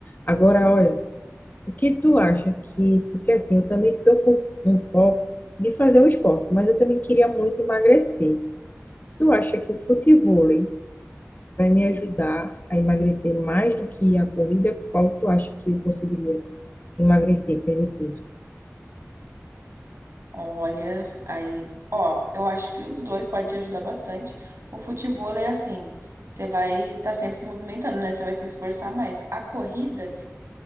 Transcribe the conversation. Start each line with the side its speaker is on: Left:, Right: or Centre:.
Left: Agora, olha, o que tu acha que. Porque assim, eu também estou com um foco de fazer o esporte, mas eu também queria muito emagrecer. Tu acha que o futebol vai me ajudar a emagrecer mais do que a corrida? Qual tu acha que eu conseguiria emagrecer, perder peso?
Right: Olha, aí, ó, eu acho que os dois podem te ajudar bastante. O futevôlei é assim, você vai estar sempre se movimentando, né? Você vai se esforçar mais. A corrida,